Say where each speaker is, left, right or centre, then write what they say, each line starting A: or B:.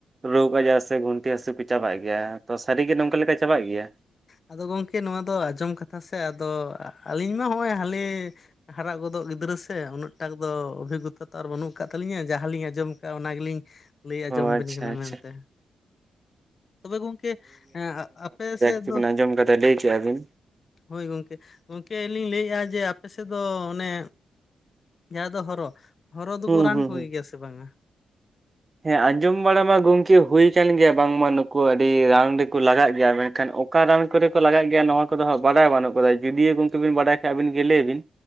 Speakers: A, on the right; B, on the left.
A: ᱨᱳᱜᱽ ᱟᱡᱟᱨ ᱥᱮ ᱜᱷᱩᱱᱴᱷᱤ ᱦᱟᱹᱥᱩ ᱠᱚ ᱪᱟᱵᱟᱜ ᱜᱮᱭᱟ ᱛᱚ ᱥᱟᱹᱨᱤ ᱜᱮ ᱱᱚᱝᱠᱟ ᱞᱮᱠᱟ ᱪᱟᱵᱟᱜ ᱜᱮᱭᱟ
B: ᱟᱫᱚ ᱜᱚᱢᱠᱮ ᱱᱚᱣᱟ ᱫᱚ ᱟᱸᱡᱚᱢ ᱠᱟᱛᱷᱟ ᱥᱮ ᱟᱫᱚ ᱟᱹᱞᱤᱧ ᱢᱟ ᱦᱚᱜᱼᱚᱭ ᱦᱟᱹᱞᱮ ᱦᱟᱨᱟ ᱜᱚᱫᱚᱜ ᱜᱤᱫᱽᱨᱟᱹ ᱥᱮ ᱩᱱᱟᱹᱜ ᱴᱟᱠ ᱫᱚ ᱚᱵᱷᱤᱜᱚᱛᱟ ᱛᱚ ᱟᱨ ᱵᱟᱹᱱᱩᱜ ᱠᱟᱜ ᱛᱟᱹᱞᱤᱧᱟ ᱡᱟᱦᱟᱸ ᱞᱤᱧ ᱟᱸᱡᱚᱢ ᱠᱟᱜᱼᱟ ᱚᱱᱟ ᱜᱮᱞᱤᱧ ᱞᱟᱹᱭ ᱟᱸᱡᱚᱢ
A: ᱚ
B: ᱵᱤᱱ
A: ᱟᱪᱪᱷᱟ
B: ᱠᱟᱱᱟ
A: ᱟᱪᱪᱷᱟ
B: ᱢᱮᱱᱛᱮ ᱛᱚᱵᱮ ᱜᱚᱢᱠᱮ ᱟᱯᱮ ᱥᱮᱫ
A: ᱪᱮᱜ
B: ᱫᱚ
A: ᱵᱤᱱ ᱟᱸᱡᱚᱢ ᱠᱟᱫᱟ ᱞᱮ ᱠᱮᱭᱟ ᱵᱤᱱ
B: ᱦᱳᱭ ᱜᱚᱢᱠᱮ, ᱜᱚᱢᱠᱮ ᱞᱟᱹᱭᱮᱜ-ᱟ ᱡᱮ ᱟᱯᱮᱥᱮᱫ ᱫᱚ ᱚᱱᱮ ᱡᱟᱦᱟ ᱫᱚ ᱦᱚᱨᱚ, ᱦᱚᱨᱚ ᱫᱚᱠᱚ
A: ᱦᱩᱸ
B: ᱨᱟᱱ
A: ᱦᱩᱸ
B: ᱠᱚᱜᱮ
A: ᱦᱩᱸ
B: ᱜᱮᱭᱟ ᱥᱮ ᱵᱟᱝ ᱼᱟ
A: ᱦᱮᱸ ᱟᱸᱡᱚᱢ ᱵᱟᱲᱟ ᱢᱟ ᱜᱚᱝᱠᱮ ᱦᱳᱭ ᱠᱟᱱ ᱜᱮᱭᱟ ᱵᱟᱝᱢᱟ ᱱᱩᱠᱩ ᱟᱹᱰᱤ ᱨᱟᱱ ᱨᱮᱠᱚ ᱞᱟᱜᱟᱜ ᱜᱮᱭᱟ ᱢᱮᱱᱠᱷᱟᱱ ᱚᱠᱟ ᱨᱟᱱ ᱠᱚᱨᱮ ᱠᱚ ᱞᱟᱜᱟᱜ ᱜᱮᱭᱟ ᱱᱚᱣᱟ ᱠᱚᱫᱚ ᱦᱟᱜ ᱵᱟᱰᱟᱭ ᱵᱟᱹᱱᱩᱜ ᱠᱟᱫᱟ ᱡᱩᱫᱤᱭᱳ ᱜᱚᱢᱠᱮ ᱵᱤᱱ ᱵᱟᱰᱟᱭ ᱠᱷᱟᱡ ᱟᱹᱵᱤᱱ ᱜᱮ ᱞᱮᱵᱤᱱ